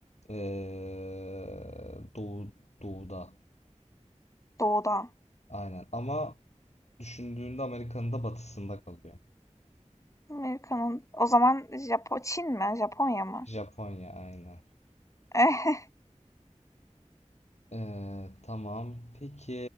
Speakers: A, on the left; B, on the left.
A: eee, doğu doğuda.
B: Doğuda.
A: Aynen. Ama düşündüğünde Amerika'nın da batısında kalıyor.
B: Amerika'nın, o zaman Japo Çin mi? Japonya mı?
A: Japonya aynen.
B: <laughs>
A: Eee, tamam. Peki